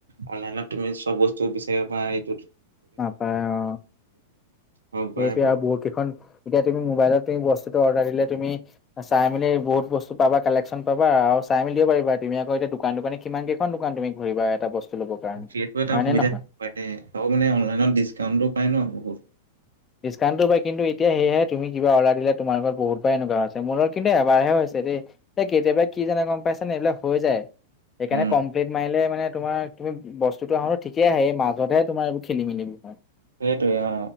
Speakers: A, on the right (about 80°); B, on the left (about 25°).
A: অনলাইনত তুমি চব বস্তু বিচাৰিবা পাৰা সেইটোত,
B: নাপায় অ,
A: হওক বা
B: সেইটোৱে
A: সেইবোৰ।
B: আৰু বহুত কেইখন- এতিয়া তুমি মবাইলত তুমি বস্তুটো অৰ্ডাৰ দিলে তুমি, চাই মেলি বহুত বস্তু পাবা, কালেকশ্যন পাবা আৰু চাই মেলি দিব পাৰিবা, তুমি আকৌ এতিয়া দোকান দোকানী কিমান কেইখন দোকান তুমি ঘূৰিবা এটা বস্তু ল'ব কাৰণে,
A: সেইটো এটা
B: হয়
A: সুবিধা
B: নে নহয়।
A: আৰু মানে অনলাইনত ডিচকাউন্টটো পাই ন বহুত।
B: ডিছকাউণ্টো পায়। কিন্তু এতিয়া সেয়ে তুমি কিবা অৰ্ডাৰ দিলে তোমালোকৰ বহুত বাৰ এনেকুৱা হৈছে, মোৰলগত কিন্তু এবাৰহে হৈছে দেই। এ কেতিয়াবা কি জানে গম পাইছেনে এইবিলাক হৈ যায়, সেইকাৰণে
A: উম
B: কমপ্লিট মাৰিলে মানে তোমাৰ তুমি, বস্তুটো আহোতে ঠিকেই আহে, এই মাজতহে তোমাৰ এই খেলি মেলি হয়।
A: সেইটোৱে অ,